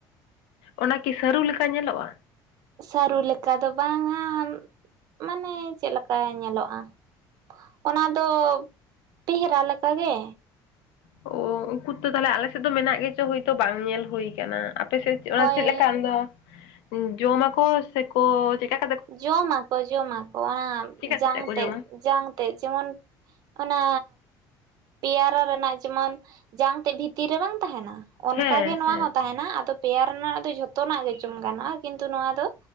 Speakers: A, on the left; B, on the right.
A: ᱚᱱᱟ ᱠᱤ ᱥᱟᱹᱨᱩ ᱞᱮᱠᱟ ᱧᱮᱞᱚᱜᱼᱟ
B: ᱥᱟᱹᱨᱩ ᱞᱮᱠᱟ ᱫᱚ ᱵᱟᱝᱟ ᱢᱟᱱᱮ ᱪᱮᱫᱞᱮᱠᱟ ᱧᱮᱞᱚᱜᱼᱟ ᱚᱱᱟ ᱫᱚ ᱴᱮᱦᱨᱟ ᱞᱮᱠᱟ ᱜᱮ
A: ᱚ ᱩᱱᱠᱩ ᱛᱚ ᱛᱟᱦᱚᱞᱮ ᱟᱞᱮᱥᱮᱫ ᱫᱚ ᱢᱮᱱᱟᱜ ᱜᱮᱪᱚ ᱦᱳᱭᱛᱚ ᱵᱟᱝ ᱧᱮᱞ ᱦᱩᱭ ᱟᱠᱟᱱᱟ ᱟᱯᱮᱥᱮᱫ ᱚᱱᱟ
B: ᱦᱳᱭ
A: ᱪᱮᱫ ᱞᱮᱠᱟ ᱟᱢ ᱫᱚ ᱡᱚᱢᱟᱠᱚ ᱥᱮᱠᱚ ᱪᱮᱫ ᱞᱮᱠᱟ᱾
B: ᱡᱚᱢᱟᱠᱚ ᱡᱚᱢᱟᱠᱚ ᱚᱱᱟ
A: ᱪᱮᱠᱟ
B: ᱡᱟᱝ
A: ᱠᱟᱛᱮᱜ ᱠᱚ
B: ᱛᱮᱮᱫ
A: ᱡᱚᱢᱟ
B: ᱡᱟᱝ ᱛᱮ ᱡᱮᱢᱚᱱ ᱚᱱᱟ ᱯᱮᱭᱟᱨᱟ ᱨᱮᱱᱟᱜ ᱡᱮᱢᱚᱱ ᱡᱟᱝ ᱛᱮᱫ ᱵᱷᱤᱛᱤᱨ ᱨᱮ ᱵᱟᱝ ᱛᱟᱦᱮᱱᱟ ᱚᱱᱠᱟᱜᱮ
A: ᱦᱮᱸ
B: ᱱᱚᱣᱟ
A: ᱦᱮᱸ
B: ᱦᱚᱸ ᱛᱟᱦᱮᱱᱟ ᱟᱫᱚ ᱯᱮᱭᱟᱨ ᱨᱮᱱᱟᱜ ᱫᱚ ᱡᱷᱚᱛᱚᱱᱟᱜ ᱜᱮ ᱡᱚᱢ ᱜᱟᱱᱚᱜᱼᱟ ᱠᱤᱱᱛᱩ ᱱᱚᱣᱟ ᱫᱚ